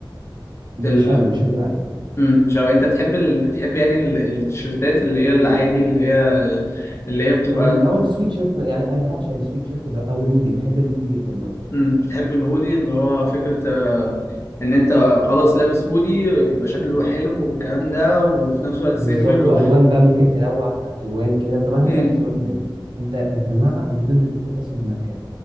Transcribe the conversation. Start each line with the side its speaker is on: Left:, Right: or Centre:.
Right: مش
Left: ال...
Right: قوي مش هكدب عليك
Left: مم، مش عارف انت بتحب ال... بتحب يعني ال- التيشيرتات اللي هي العادي اللي هي اللي هي بتبقى
Right: او ال- او السويت شيرت يعني انا بعشق السويت شيرت اللي هو- او الهودي بحب الهودي جدا برضه
Left: امم بتحب الهودي اللي هو فكرة آه، ان انت خلاص لابس هودي آه، يبقى شكله حلو والكلام ده وفي نفس الوقت
Right: بالظبط
Left: سيمبل و...
Right: والوان بقى ممكن تنوع الوان كده طب انا
Left: امم
Right: هسالك سؤال مهم انت انت مع او ضد فكره اصلا الماركات